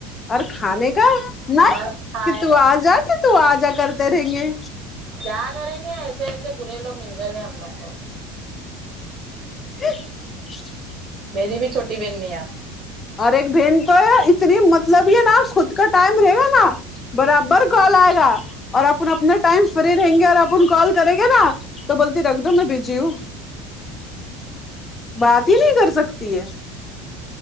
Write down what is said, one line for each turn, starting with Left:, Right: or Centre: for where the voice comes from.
Left: اور کھانے کا نہیں
Right: مست کھائے
Left: کہ تو آ جا کہ تو آ جا کرتے رہیں گے
Right: کیا کریں گے ایسے ایسے برے لوگ مل گئے لے ہم لوگ کو
Left: <unintelligible>
Right: میری بھی چھوٹی بہن نہیں ہے
Left: اور ایک بہن تو ہے اتنی مطلبی نا خود کا ٹائم رہے گا نا برابر کال آئے گا اور اپن اپنا ٹائم فری رہیں گے اور اپن کال کریں گے نا تو بولتی رکھ دو میں بزی ہوں بات ہی نہیں کر سکتی ہے